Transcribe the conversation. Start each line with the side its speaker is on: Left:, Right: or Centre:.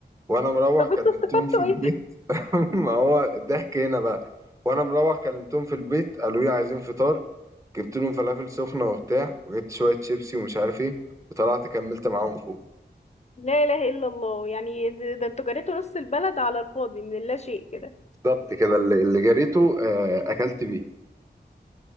Right: وانا مروح
Left: طب
Right: كلمتهم
Left: انتوا استفدتوا
Right: في البيت
Left: ايه
Right: <laughs> ما هو الضحك هنا بقى وانا مروح كلمتهم في البيت قالوا لي عايزين فطار جبت لهم فلافل سخنه وبتاع وجبت شويه شيبسي ومش عارف ايه وطلعت كملت معاهم فوق
Left: لا اله الا الله يعني ده ده انتوا جريتوا نص البلد على الفاضي من اللا شيء كده
Right: بالظبط كده اللي, اللي جريته آه، اكلت بيه